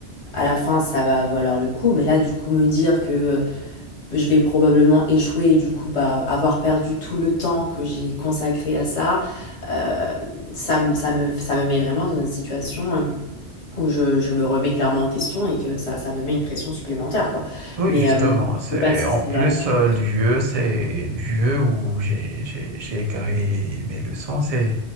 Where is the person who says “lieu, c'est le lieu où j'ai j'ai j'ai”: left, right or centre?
Right